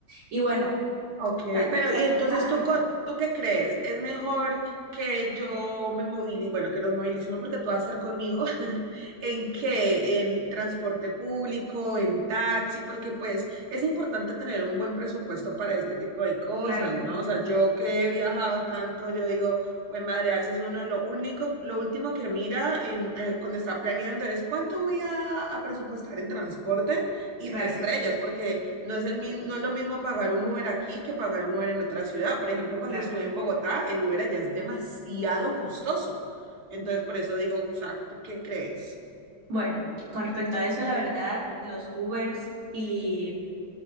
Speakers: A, on the right; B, on the right.
A: Y bueno,
B: Ok,
A: sal,
B: pero
A: sal,
B: y entonces
A: ajá,
B: tú,
A: dime.
B: co- ¿tú qué crees? ¿Es mejor que yo me movilice, bueno, que nos movilicemos porque tú vas a estar conmigo, <laughs>
A: Sí,
B: ¿en
A: sí.
B: qué? ¿En transporte público, en taxi? Porque pues es importante tener un buen presupuesto para este tipo de cosas,
A: Claro,
B: ¿no? O sea, yo que he viajado tanto, yo digo, güey, madre, a veces uno lo único, lo último que mira en, eh, cuando está planeando es cuánto voy a, a presupuestar en transporte y
A: claro,
B: te estrellas, porque no es, el, mi no es lo mismo pagar un Uber aquí que pagar un Uber en otra ciudad. Por ejemplo, cuando
A: claro.
B: estuve en Bogotá, el Uber allá es demasiado costoso. Entonces, por eso digo, o sea, ¿tú qué crees?
A: Bueno, con respecto a eso, la verdad, los Ubers y